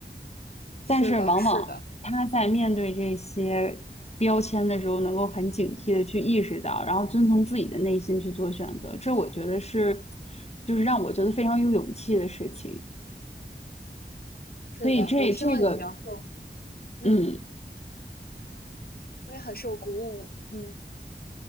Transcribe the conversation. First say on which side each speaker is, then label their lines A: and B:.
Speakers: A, on the left (about 55°); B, on the left (about 35°).
A: 是的，
B: 但是往往他在面对这些标签的时候，
A: 是的，
B: 能够很警惕的去意识到，然后遵从自己的内心去做选择，这我觉得是，就是让我觉得非常有勇气的事情。
A: 是的，
B: 所以这这个，
A: 我听了你的描述，嗯，
B: 嗯，
A: 我也很受鼓舞，嗯，